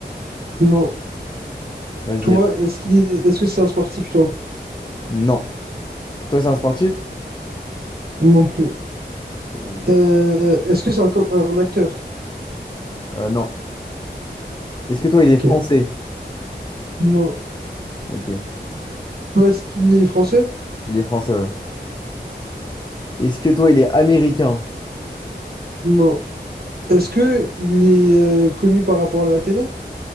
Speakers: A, on the right; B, on the left.
A: Non.
B: Vas-y.
A: Toi,
B: attends.
A: est-ce qu'il est... est-ce que c'est un sportif, toi?
B: Non. Toi, c'est un sportif?
A: Non plus.
B: Ou-
A: Euh, est-ce que c'est un, co- un acteur?
B: euh, non, Est-ce que toi, il
A: Ok.
B: est français?
A: Non.
B: Ok.
A: Toi, est-ce qu'il est français?
B: il est français, ouais. Est-ce que toi, il est américain?
A: Non. Est-ce que il est euh, connu par rapport à la télé?